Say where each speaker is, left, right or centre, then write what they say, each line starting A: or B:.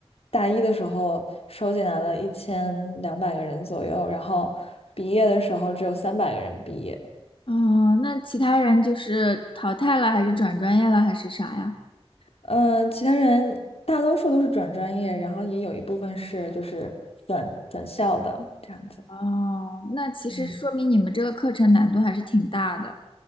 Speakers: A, on the left (about 70°); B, on the left (about 55°).
A: 大一的时候收进来了一千两百个人左右，然后毕业的时候只有三百个人毕业。
B: 哦，那其他人就是淘汰了，还是转专业了，还是啥呀？
A: 嗯，其他人大多数都是转专业，然后也有一部分是就是转转校的这样子。
B: 哦，那其实说明你们这个课程难度还是挺大的。
A: 嗯。